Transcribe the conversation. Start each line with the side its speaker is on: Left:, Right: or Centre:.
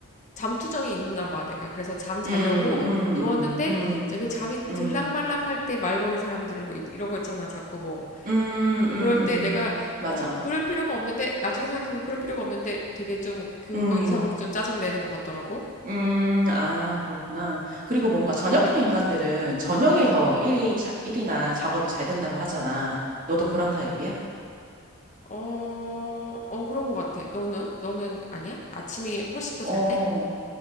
Left: 잠투정이 있나 봐 내가. 그래서 잠 자려고
Right: 음, 음,
Left: 누웠는데
Right: 음, 음,
Left: 이제 왜 잠이
Right: 음,
Left: 들락말락할 때 말 거는 사람들 뭐 이- 이런 거 있잖아. 자꾸 뭐
Right: 음, 음,
Left: 그럴 때
Right: 음.
Left: 내가
Right: 맞아.
Left: 어 그럴 필요가 없는데 나중에 생각해보면 그럴 필요가 없는데 되게 좀 그거
Right: 음,
Left: 이상으로 좀 짜증을 내는 것 같더라고.
Right: 음, 아, 그렇구나. 그리고 뭔가 저녁형 인간들은 저녁에 더 일이, 자, 일이나 작업이 잘 된다고 하잖아. 너도
Left: 음.
Right: 그런 타입이야?
Left: 어, 어, 그런 것 같아. 너는? 너는 아니야? 아침이 훨씬 더
Right: 어,
Left: 잘 돼?